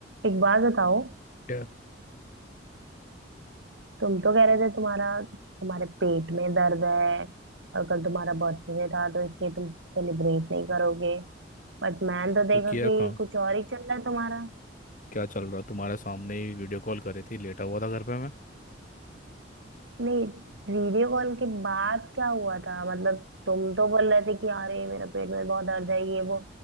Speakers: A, on the right; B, on the left.
A: एक बात बताओ
B: क्या
A: तुम तो कह रहे थे तुम्हारा तुम्हारे पेट में दर्द है और कल तुम्हारा बर्थडे था तो इसलिए तुम सेलिब्रेट नहीं करोगे बट मैंने तो देखा
B: तो किया
A: कि
B: कहाँ
A: कुछ और ही चल रहा है तुम्हारा
B: क्या चल रहा तुम्हारे सामने ही वीडियो कॉल करी थी लेटा हुआ था घर पे मैं
A: नहीं वीडियो कॉल के बाद क्या हुआ था मतलब तुम तो बोल रहे थे कि अरे मेरा पेट में बहुत दर्द है ये वो